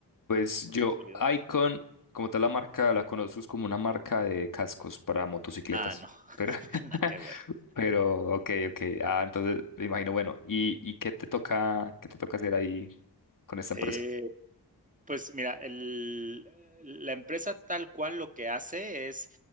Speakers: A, on the left; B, on the right.
A: Pues
B: por
A: yo,
B: casualidad.
A: Icon, como tal la marca, la conozco es como una marca de cascos para motocicletas.
B: Ah, no, <laughs>
A: Pero, <laughs>
B: nada que ver.
A: pero, ok, ok. Ah, entonces me imagino, bueno, ¿y, y qué te toca, qué te toca hacer ahí con esta
B: Eh,
A: empresa?
B: Pues mira, el, la empresa tal cual lo que hace es,